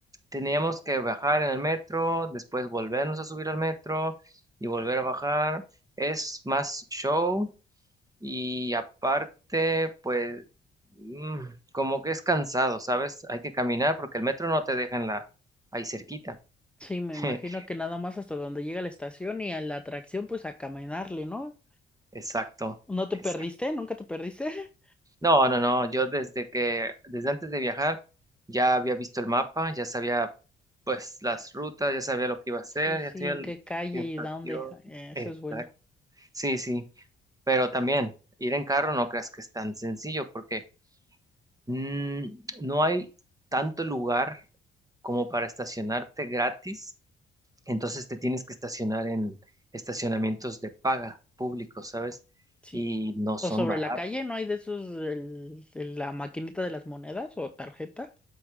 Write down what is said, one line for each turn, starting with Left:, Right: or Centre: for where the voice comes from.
Right: teníamos que bajar en el metro, después volvernos a subir al metro y volver a bajar. Es más show, y aparte, pues, mm, como que es cansado, ¿sabes? Hay que caminar porque el metro no te deja en la, ahí cerquita.
Centre: Sí, me
Right: <laughs>
Centre: imagino que nada más hasta donde llega la estación y a la atracción, pues a caminarle, ¿no?
Right: Exacto,
Centre: ¿No te
Right: exacto.
Centre: perdiste? ¿Nunca te perdiste? <laughs>
Right: No, no, no, yo desde que, desde antes de viajar, ya había visto el mapa, ya sabía, pues, las rutas, ya sabía lo que iba a hacer,
Centre: Sí, sí,
Right: ya sabía
Centre: ¿en
Right: el...
Centre: qué calle
Right: exacto,
Centre: y dónde? Eh, Eso
Right: exacto.
Centre: es bueno.
Right: Sí, sí, pero también ir en carro no creas que es tan sencillo porque Mm, no hay tanto lugar como para estacionarte gratis, entonces te tienes que estacionar en estacionamientos de paga públicos, ¿sabes?
Centre: Sí.
Right: Y no son
Centre: O sobre
Right: baratos.
Centre: la calle, ¿no hay de esos, el, el- la maquinita de las monedas o tarjeta?